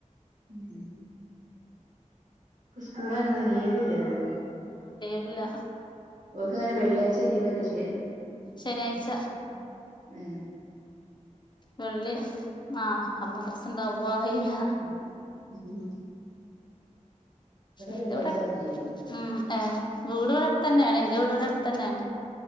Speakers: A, on the right; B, on the left.
A: ഉം ഇപ്പ സ്കൂളായോണ്ട് ലീവ് ഇല്ലല്ലോ.
B: ഇല്ല
A: ഓർക്കങ്ങനെ വെള്ളിയാഴ്ച ലീവല്ലേ ശേ
B: ശനിയാഴ്ച
A: ഉം ഏ
B: വെള്ളി ആഹ് അമ്മത്രസിണ്ടാവും. പോവാൻ കഴിയൂല.
A: ഉം ഉം. ഉം.
B: എന്റെ
A: വെള്ളിയാഴ്ച
B: ഇവിടെ
A: ലീവ്
B: ഉം ഏ വീട് ഇവിടടുത്തന്നെണ്. എൻ്റെ വീട് ഇവിടഅടുത്തന്നെയാണ്.